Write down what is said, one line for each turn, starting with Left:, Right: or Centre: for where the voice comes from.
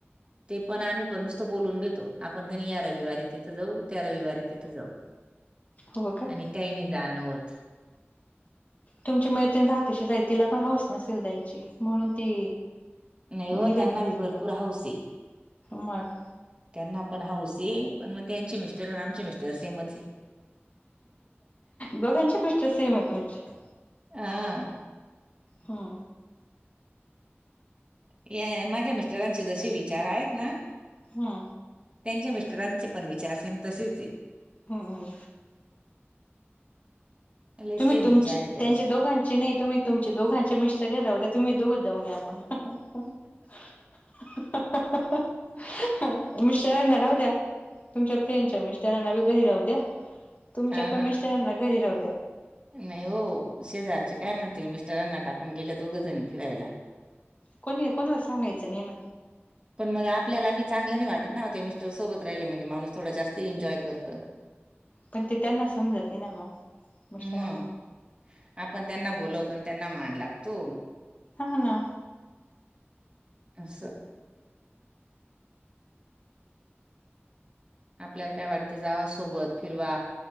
Right: ते पण आम्ही पण नुसतं बोलून घेतो आपण क नी या रविवारी तिथं जाऊ त्या रविवारी तिथं जाऊ
Left: हवा का.
Right: आणि काही नाही जाण होत.
Left: तुमची मैत्रीिण राहते शेजारी तिला पण हौस नसेल जायची म्हणून ती
Right: नाही हो
Left: निघत
Right: त्यांना
Left: नसेल
Right: बी भरपूर हौस आहे
Left: मग
Right: त्यांना पण हाऊस आहे पण मग त्यांचे मिस्टर आणि आमचे मिस्टर सेमच आहे.
Left: दोघांची मिस्टर सेम आहे तुमची.
Right: हा
Left: हा.
Right: या माझ्या मिस्टरांचे जसे विचार आहेत ना
Left: हा.
Right: त्यांच्या मिस्टरांचे पण विचार सेम तसेच आहे.
Left: हो हो.
Right: लई सेम
Left: तुम्ही तुमची
Right: विचार आहे त्यांचे
Left: त्यांच्या दोघांचे नाही तुम्ही तुमचे दोघांचे मिस्टर घरी राहुद्या तुम्ही दोघच जाऊन या म. <unintelligible> हो मिस्टरांना राहू द्या तुमच्या फ्रेंडच्या मिस्टरांना बी घरी राहू द्या तुमच्या
Right: हा
Left: पण
Right: हा
Left: मिस्टरांना घरी राहू द्या
Right: नाही ओ शेजारचे काय म्हणतील मिस्टरांना टाकून गेले दोघं जणी फिरायला.
Left: कोणी कोणाला सांगायचं नाही ना.
Right: पण मग आपल्याला बी चांगलं नाही वाटत ना हो ते मिस्टर सोबत राहिले म्हणजे माणूस थोडं जास्ती एन्जॉय करतं.
Left: पण ते त्यांना समजत नाही ना मग मिस्टरांना.
Right: मग आपण त्यांना बोलवतो आणि त्यांना मान लागतो.
Left: हा ना.
Right: असं आपल्याला काय वाटतं जावा सोबत फिरवा